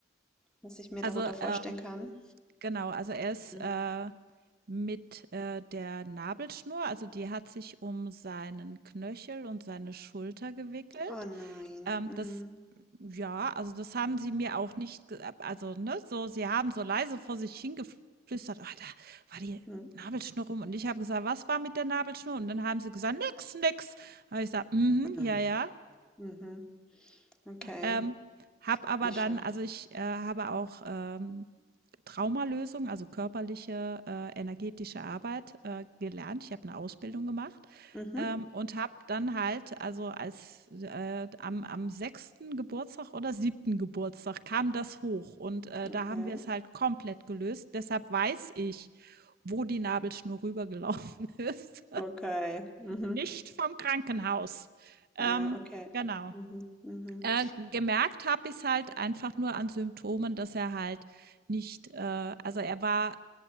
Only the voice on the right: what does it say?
also,
ähm,
genau, also er ist,
äh, mit, äh, der Nabelschnur also die hat sich um seinen Knöchel und seine Schulter gewickelt.
Ähm,
das ja, also das haben sie mir auch nicht ge also, ne, so sie haben so leise vor sich hingeflüstert: „Ah, da war die
Nabelschnur rum.“ Und ich habe gesagt: „Was war mit der Nabelschnur?“ Und dann haben sie gesagt: „Nix, nix.“ Habe ich gesagt: „Mhm,
ja, ja.“
Ähm, habe aber
dann
also ich, äh, habe auch, ähm, Traumalösung, also körperliche, äh, energetische Arbeit, äh, gelernt. Ich habe eine Ausbildung gemacht,
ähm, und habe dann halt also als, äh, am am 6. Geburtstag oder siebten Geburtstag kam das hoch und, äh,
da haben wir es halt komplett gelöst. Deshalb weiß ich, wo die Nabelschnur rübergelaufen <laughs> ist.
Nicht vom Krankenhaus.
Ähm,
genau.
Äh, gemerkt habe ich es halt einfach nur an Symptomen, dass er halt nicht, äh, also er war